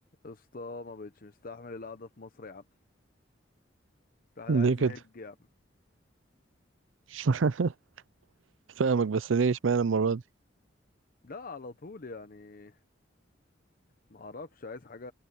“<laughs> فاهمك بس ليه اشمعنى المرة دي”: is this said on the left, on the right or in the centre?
Right